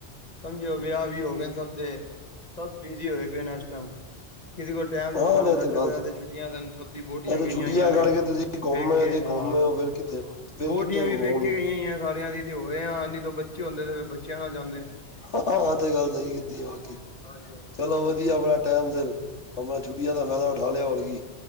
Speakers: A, on the left; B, on the left.
A: ਸਮਝਿਓ ਵਿਆਹ ਵੀ ਹੋ ਗਏ ਨੇ, ਸਭ ਦੇ ਸਭ ਬਿਜ਼ੀ ਹੋਏ ਪਏ ਨੇ ਇਸ ਟਾਈਮ ਕਿ ਕੋ ਟਾਈਮ ਥੋੜੇ
B: ਹਾਂ
A: ਨਾ ਹੁੰਦਾ,
B: ਇਹ
A: ਚਲੋਓ
B: ਗੱਲ
A: ਤੇ ਛੁੱਟੀਆ ਚ ਸਭ ਦੀਆ ਬਹੁਟੀਆਂ
B: ਇਹ ਤੇ
A: ਗਈਆਂ
B: ਛੁੱਟੀਆਂ
A: ਹੋਈਆਂ ਨੇ
B: ਕਰਕੇ ਤੁਸੀਂ ਘੁੰਮੇ
A: ਪੇਕੇ ਹਾਂ।
B: ਘੁੰਮੇ ਹੋ ਫਿਰ ਤੇ ਫਿਰ
A: ਬਹੁਟੀਆਂ
B: ਕਿੱਥੇ
A: ਵੀ
B: ਹੁਣ
A: ਪੇਕੇ ਕੇ ਗਈਆਂ ਈ ਆ ਸਾਰਿਆਂ ਦੀ ਆ ਤੇ ਹੋਏ ਆ ਨਈ ਤਾਂ ਬੱਚੇ ਹੁੰਦੇ ਤੇ ਫੇਰ ਬੱਚਿਆਂ ਨਾਲ ਜਾਂਦੇ।
B: ਹਾਂ, ਤੇ ਗੱਲ ਸਹੀ ਕੀਤੀ ਆ ਬਾਕੀ
A: ਹਾਂਜੀ
B: ਚਲੋ, ਵਧੀਆ ਆਪਣਾ ਟਾਈਮ ਫਿਰ ਆਪਣਾ ਛੁੱਟੀਆਂ ਦਾ ਫਾਇਦਾ ਉਠਾ ਲਿਆ ਹੋਰ ਕੀ